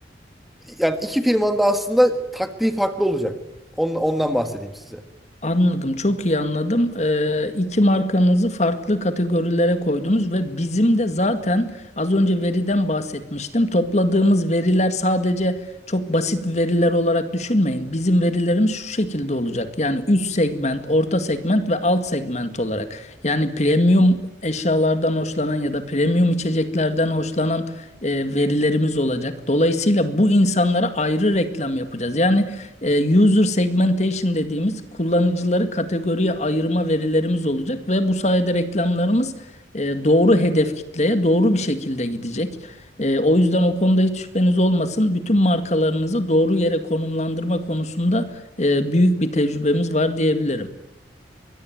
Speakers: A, in the centre; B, on the left.
A: Yani iki firmanın da aslında taktiği farklı olacak. Ondan, ondan bahsedeyim size.
B: Anladım, çok iyi anladım. Ee, iki markanızı farklı kategorilere koydunuz ve bizim de zaten az önce veriden bahsetmiştim. Topladığımız veriler sadece çok basit veriler olarak düşünmeyin. Bizim verilerimiz şu şekilde olacak. Yani üst segment, orta segment ve alt segment olarak. Yani premium eşyalardan hoşlanan ya da premium içeceklerden hoşlanan e, verilerimiz olacak. Dolayısıyla bu insanlara ayrı reklam yapacağız. Yani e, user segmentation dediğimiz kullanıcıları kategoriye ayırma verilerimiz olacak ve bu sayede reklamlarımız e, doğru hedef kitleye doğru bir şekilde gidecek. E, o yüzden o konuda hiç şüpheniz olmasın. Bütün markalarınızı doğru yere konumlandırma konusunda e, büyük bir tecrübemiz var diyebilirim.